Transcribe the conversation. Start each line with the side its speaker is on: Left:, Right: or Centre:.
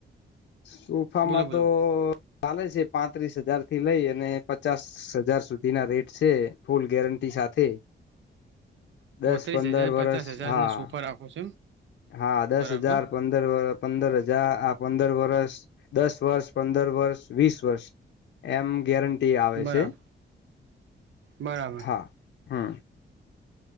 Left: સોફામાં
Right: બોલો બોલો
Left: તો ચાલે છે પાંત્રીસ હજાર થી લઈ અને પચાસ હજાર સુધી ના રેટ છે ફૂલ ગેરંટી સાથે દસ
Right: પોત્રીસ
Left: પંદર
Right: હજાર
Left: વરસ
Right: પચાસ હજાર
Left: હા
Right: ના સુપા રરાખો છું એમ
Left: હા દસ
Right: બરાબર
Left: હજાર પંદર પંદર હજાર આ પંદર વષૅ દસ વર્ષ પંદર વર્ષ વીસ વર્ષ એમ ગેરંટી ટી આવે
Right: બરાબર
Left: છે
Right: બરાબર
Left: હા હમ